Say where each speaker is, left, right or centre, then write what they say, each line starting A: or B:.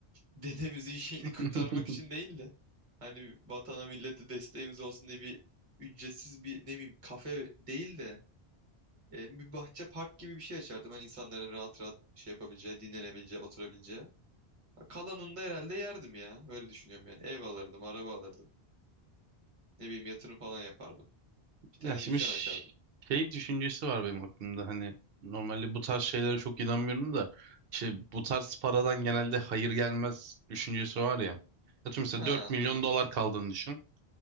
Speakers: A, on the right (about 30°); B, on the right (about 65°).
A: dedemizin şeyini
B: <laughs>
A: kurtarmak için değil de hani vatana millete desteğimiz olsun diye bir ücretsiz bir ne bileyim kafe değil de e, bir bahçe park gibi bir şey açardım. Hani insanların rahat rahat şey yapabileceği, dinlenebileceği, oturabileceği. Kalanını da herhalde yerdim ya. Öyle düşünüyorum yani. Ev alırdım, araba alırdım. Ne bileyim yatırım falan yapardım. Bir tane
B: Ya şimdi
A: dükkan
B: ş-
A: açardım.
B: şey düşüncesi var benim aklımda hani normalde bu tarz şeylere çok inanmıyorum da işte bu tarz paradan genelde hayır gelmez düşüncesi var ya. Atıyorum mesela
A: Ha anladım.
B: 4 milyon dolar kaldığını düşün.